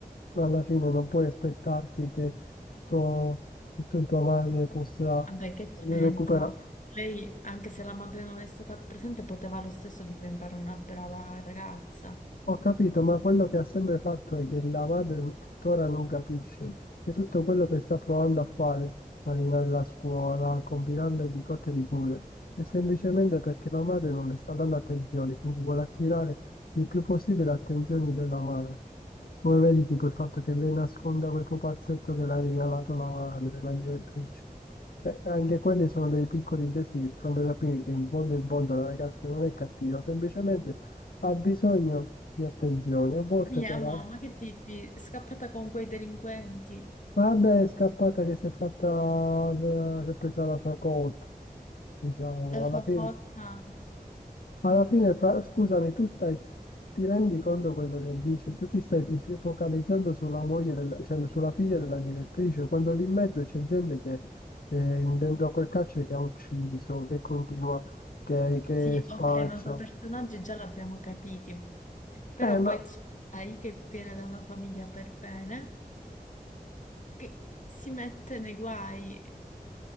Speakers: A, on the left; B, on the left.
A: alla fine non puoi aspettarti che tuo, tu- tua madre possa
B: Vabbè, che c'entra?
A: recuperare.
B: Lei, anche se la madre non è stata presente, poteva lo stesso diventare una brava ragazza.
A: Ho capito, ma quello che ha sempre fatto è che la madre tuttora non capisce che tutto quello che sta provando a fare, malinare la scuola, combinarle di cotte e di crude, è semplicemente perché la madre non le sta dando attenzione, quindi vuole attirare il più possibile attenzioni della madre. Come vedi, tipo il fatto che lei nasconda quel pupazzetto che le ha regalato la madre della direttrice. Cioè, anche quelli sono dei piccoli gesti che ti fanno capire che in fondo in fondo la ragazza non è cattiva, semplicemente ha bisogno di attenzione, a volte
B: Mia
A: però.
B: mamma, che dici? Scappata con quei delinquenti.
A: Vabbè, è scappata che si è fatta, eh, si è presa la sua cotta, diciamo,
B: La
A: alla
B: sua
A: fine,
B: cotta?
A: alla fine, fra- scusami, tu stai, ti rendi conto quello che dice, tu ti stai fis- focalizzando sulla moglie, del- cioè sulla figlia della direttrice, quando lì in mezzo c'è gente che eh, dentro a quel carcere che ha ucciso, che continua, che, che
B: Sì,
A: spaccia.
B: ok, ma quei personaggi già l'abbiamo capiti. Però
A: Eh, ma...
B: poi c'è Ai che viene da una famiglia per bene, che si mette nei guai,